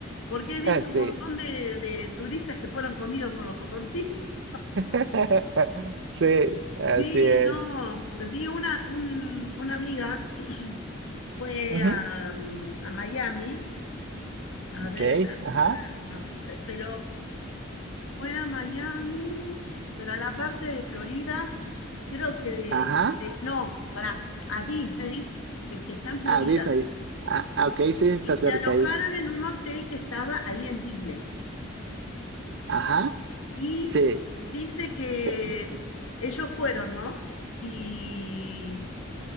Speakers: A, on the left (about 85°); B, on the right (about 55°).
A: porque he visto
B: <laughs> Sí,
A: un montón de, de turistas que fueron comidos por los cocodrilos. <laughs>
B: <laughs> sí, así
A: Sí,
B: es.
A: no, vi una, un- una amiga, <clears throat> fue
B: Ujú,
A: a, mm, a Miami, a
B: Ok,
A: ver,
B: ajá,
A: para, a- eh, pero Fue a Miami, pero a la parte de Florida, creo que de,
B: ajá.
A: de- no, para a Disney, el que está en Florida.
B: Ah, Disney. Ah, ah, ok, sí, está
A: Y
B: cerca
A: se alojaron
B: ahí.
A: en un hotel que estaba ahí en Disney.
B: Ajá,
A: Y
B: sí,
A: dice que
B: sí,
A: ellos fueron, ¿no? Y